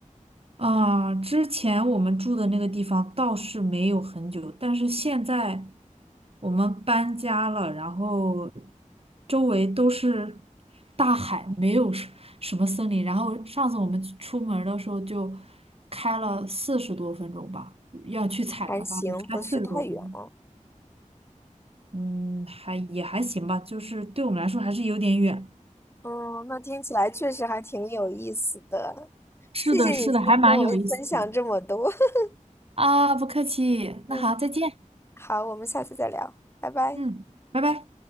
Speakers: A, on the right; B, on the left.
A: 啊，之前我们住的那个地方倒是没有很久，但是现在我们搬家了，然后周围都是大海，没有什什么森林。然后上次我们去出门儿的时候就开了四十多分钟吧，要去采的话得开四十多分钟。
B: 还行，不是太远啊哦。
A: 嗯，还也还行吧，就是对我们来说还是有点远。
B: 嗯，那听起来确实还挺有意思的。
A: 是的，
B: 谢谢你今天跟我分享这么多。
A: 是的，还蛮有意思的。
B: <laughs>
A: 啊，不客气，
B: 嗯，
A: 那好，再见。
B: 好，我们下次再聊，拜拜。
A: 嗯，拜拜。